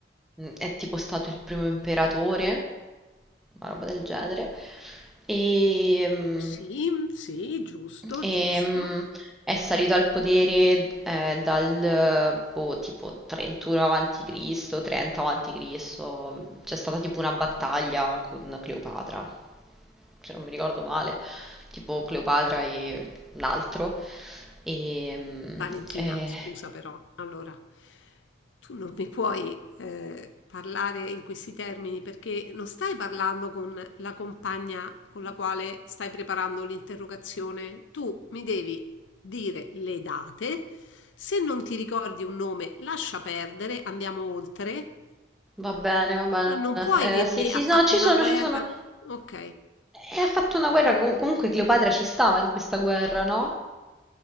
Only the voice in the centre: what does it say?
è tipo stato il primo imperatore, una roba del genere. E, mm,
Ehm,
è salito al potere eh, dal boh, tipo 31 avanti Cristo, 30 avanti Cristo. C'è stata tipo una battaglia con Cleopatra, se non mi ricordo male, tipo Cleopatra e l'altro. E, mm,
eh,
va bene, va bene.
Eh,
sì, sì,
no, ci
sono,
ci sono.
E ha fatto una guerra, com- comunque Cleopatra ci stava in questa guerra, no?